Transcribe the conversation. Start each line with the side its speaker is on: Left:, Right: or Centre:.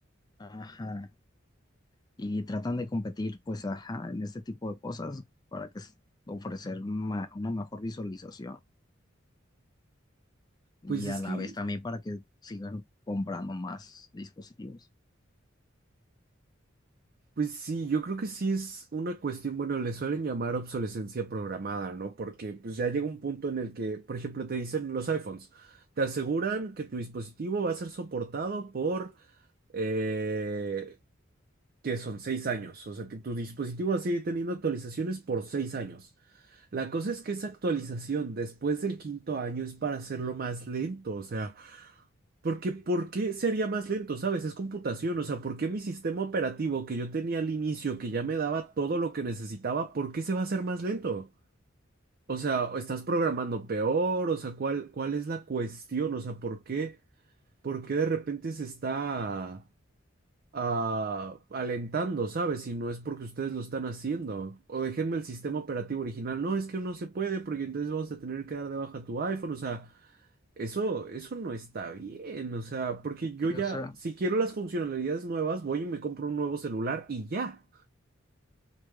Left: Ajá. y tratan de competir, pues, ajá, en este tipo de cosas para que s- ofrecer ma- una mejor visualización y
Right: Pues es
Left: a la
Right: que
Left: vez también para que sigan comprando más dispositivos.
Right: Pues sí, yo creo que sí es una cuestión, bueno, le suelen llamar obsolescencia programada, ¿no? Porque pues ya llega un punto en el que, por ejemplo, te dicen los iPhones, te aseguran que tu dispositivo va a ser soportado por, eh, que son seis años, o sea, que tu dispositivo va a seguir teniendo actualizaciones por seis años. La cosa es que esa actualización después del quinto año es para hacerlo más lento, o sea... Porque, ¿por qué se haría más lento, sabes? Es computación, o sea, ¿por qué mi sistema operativo que yo tenía al inicio, que ya me daba todo lo que necesitaba, ¿por qué se va a hacer más lento? O sea, ¿o ¿estás programando peor? O sea, ¿cuál, cuál es la cuestión? O sea, ¿por qué, por qué de repente se está ah, alentando, sabes? Si no es porque ustedes lo están haciendo. O déjenme el sistema operativo original. No, es que no se puede, porque entonces vamos a tener que dar de baja tu iPhone, o sea. Eso, eso no está bien, o sea, porque yo
Left: Sí,
Right: ya,
Left: o sea,
Right: si quiero las funcionalidades nuevas, voy y me compro un nuevo celular y ya.